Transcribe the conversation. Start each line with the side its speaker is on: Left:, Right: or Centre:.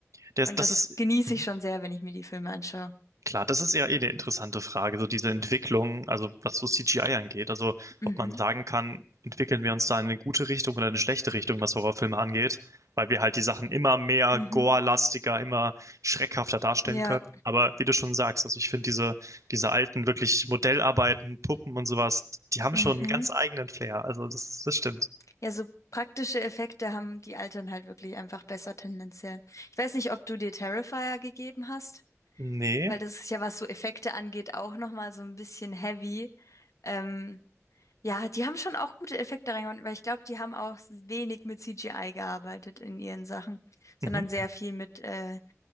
Right: das,
Left: Und
Right: das
Left: das
Right: ist
Left: genieße
Right: mhm.
Left: ich schon sehr, wenn ich mir die Filme anschaue.
Right: klar, das ist ja eh eine interessante Frage, so diese Entwicklung, also was so C G I angeht, also
Left: Mhm,
Right: ob man sagen kann, entwickeln wir uns da in eine gute Richtung oder eine schlechte Richtung, was Horrorfilme angeht, weil wir halt die Sachen immer mehr
Left: mhm,
Right: gore-lastiger, immer schreckhafter darstellen
Left: ja,
Right: können. Aber wie du schon sagst, also ich finde diese diese alten wirklich Modellarbeiten, Puppen und sowas, die haben
Left: mhm.
Right: schon einen ganz eigenen Flair. Also das, das stimmt.
Left: Ja, so praktische Effekte haben die Altern halt wirklich einfach besser tendenziell. Ich weiß nicht, ob du dir Terrifier gegeben hast,
Right: Nee.
Left: weil das ist ja, was so Effekte angeht, auch nochmal so ein bisschen heavy. Ähm, ja, die haben schon auch gute Effekte reingehauen, weil ich glaube, die haben auch wenig mit CGI gearbeitet in ihren Sachen, sondern
Right: Mhm.
Left: sehr viel mit äh,